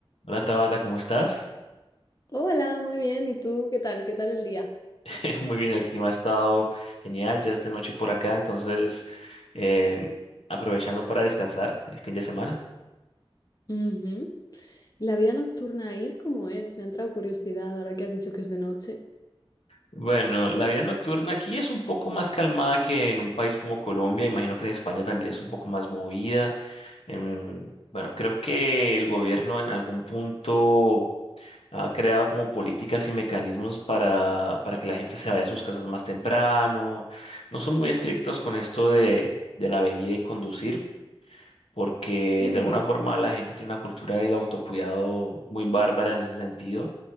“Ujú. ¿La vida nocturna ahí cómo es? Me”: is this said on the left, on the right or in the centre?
Left